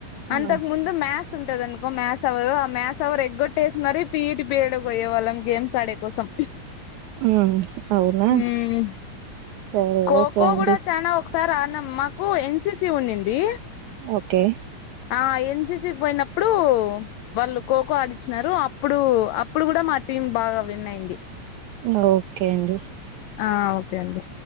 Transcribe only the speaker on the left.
అంతకు
ముందు మ్యాస్ ఉంటది అనుకో మ్యాస్ అవర్ మ్యాస్ అవర్ ఎగ్గొట్టేసి మరి పీఈటి పిరియడ్ పోయే వాళ్ళం గేమ్స్ ఆడే కోసం
హు
ఖో
ఖో
కూడా చానా ఒకస్ సార్ రాణమ్మకు ఎన్సీసీ ఉన్నింది
ఆ ఎన్సిసి పోయినప్పుడు వాళ్ళు ఖోఖో ఆడిచ్చినారు అప్పుడు అప్పుడు కూడా మా టీమ్ బాగా విన్ అయింది
ఆ ఒకే అండి